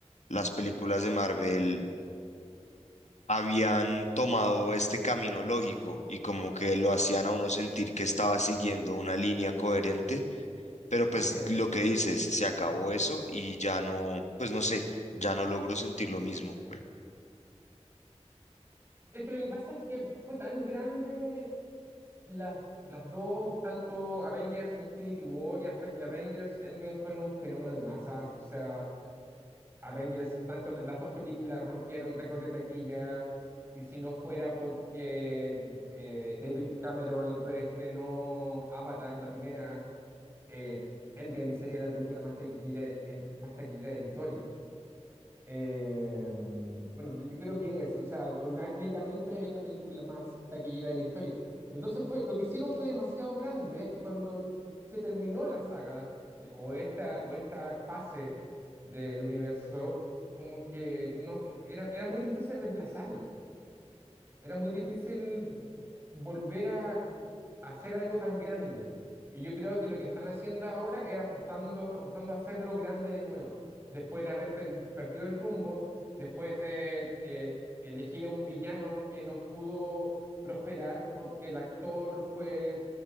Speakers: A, on the left; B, on the right.
A: las películas de Marvel habían tomado este camino lógico y como que lo hacían a uno sentir que estaba siguiendo una línea coherente, pero pues
B: Así es.
A: lo que dices, se acabó eso y ya no, pues no sé, ya no logro sentir lo mismo.
B: Es que lo que pasa es que fue tan grande las, las dos, tanto Avengers Infinity War y, Afe- y Avengers Endgame fueron un fenómeno de masas, o sea, Avengers, tanto la- las dos películas rompieron récord de taquilla, y si no fuera porque eh, David Cameron reestrenó Avatar, la primera, eh, Endgame sería la película más taquillera, en- más taquillera de la historia. Eh, bueno, yo yo creo que es, o sea, orgánicamente es la película más taquillera de la historia. Entonces fue, lo que hicieron fue demasiado grande y cuando se terminó la saga de- o esta, o esta fase del universo, como que no, era, era muy difícil reemplazarlo. Era muy difícil volver a, a hacer algo tan grande. Y yo creo que lo que están haciendo ahora es apostando, apostando a hacerlo grande de nuevo. Después de haber per- perdido el rumbo, después de eh, elegir a un villano que no pudo prosperar porque el actor fue,